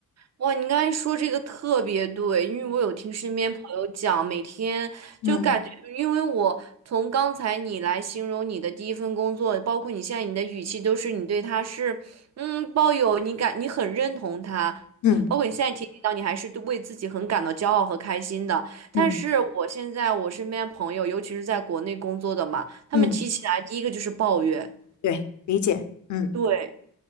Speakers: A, on the right; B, on the left.
A: 哇，你刚才说这个特别对，因为我有听身边朋友讲，每天就感觉，
B: 嗯嗯
A: 因为我从刚才你来形容你的第一份工作，包括你现在你的语气，都是你对他是，嗯，抱有你感，你很认同他，
B: 嗯
A: 包括你现在提及到你还是对为自己很感到骄傲和开心的。但是我现在我身边朋友，
B: 嗯
A: 尤其是在国内工作的嘛，他们提起来第一个就是抱怨，
B: 嗯，对，理解。嗯
A: 对。